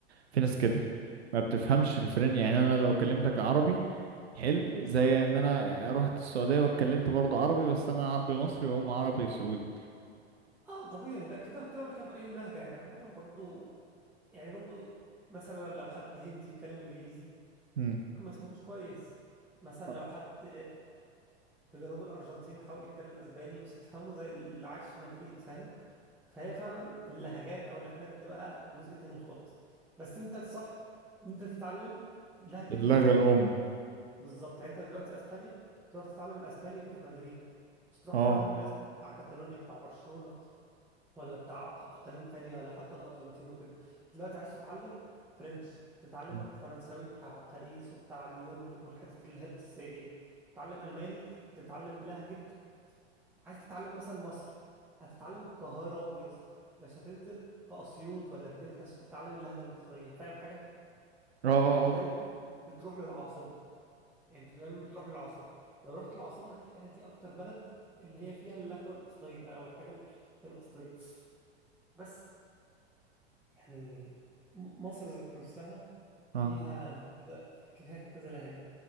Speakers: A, on the right; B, in the centre.
A: في ناس كده ما بتفهمش الفرن يعني انا لو كلمتك عربي حلو زي ان انا رحت السعودية واتكلمت برضه عربي بس انا عربي مصري وهم عربي سعودي
B: اه طبيعي ده كده كده ولا كده في اي لهجة يعني عامة برضه يعني برضه مثلا لو حد هندي يتكلم انجليزي
A: امم
B: ممكن ما تفهموش كويس مثلا لو
A: آه.
B: حد في جنوب الأرجنتين حاول يتكلم أسباني مش هتفهمه زي اللي عايش في مدريد فاهم فهي فعلا اللهجات أو اللهجات دي بقى جزء تاني خالص بس أنت الصح إن أنت تتعلم لهجة
A: اللغة
B: البلد
A: الام
B: الأم بالظبط يعني أنت دلوقتي أسبانيا تروح تتعلم الأسباني اللي في مدريد مش تروح
A: اه
B: تتعلم الأسباني بتاع كاتالونيا بتاع برشلونة ولا بتاع أق- اقاليم تانية ولا حتى الارجنتين وكده دلوقتي عايز تتعلم فرنش تتعلم
A: اه
B: فرنساوي بتاع باريس وبتاع ليون وال- والحتت اللي هي الاساسيه تتعلم الماني تتعلم لهجه عايز تتعلم مثلا مصري هتتعلم القاهرة يا اسطى مش هتنزل في أسيوط ولا الدلتا عشان تتعلم اللهجة المصرية فاهم حاجة؟
A: اه اه
B: أنت دايما بتروح للعاصمة أنت دايما بتروح للعاصمة لو رحت العاصمة هتلاقيها دي أكتر بلد اللي هي فيها اللكنة الأصلية أو الحاجة ال- الأصلية بس يعني م- مصر ذات نفسها فيها
A: اه
B: كذا فيها كذا لهجة